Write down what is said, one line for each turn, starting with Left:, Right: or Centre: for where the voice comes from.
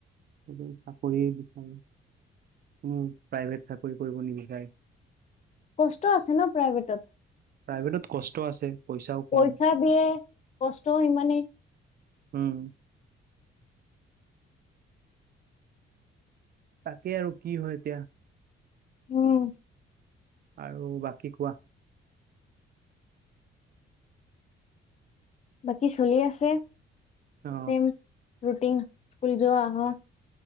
Right: সবেই চাকৰিয়ে বিচাৰে, কোনো প্ৰাইভেট চাকৰি কৰিব নিবিচাৰে।
Left: কষ্ট আছে ন প্ৰাইভেটত।
Right: প্ৰাইভেটত কষ্ট আছে পইচাও
Left: পইচা
Right: কম
Left: দিয়ে কষ্ট সিমানেই।
Right: উম। তাকে আৰু কি হয় এতিয়া।
Left: উম।
Right: আৰু বাকী কোৱা।
Left: বাকী চলি আছে,
Right: অ
Left: চেম ৰুটিন স্কুল যোৱা। আহা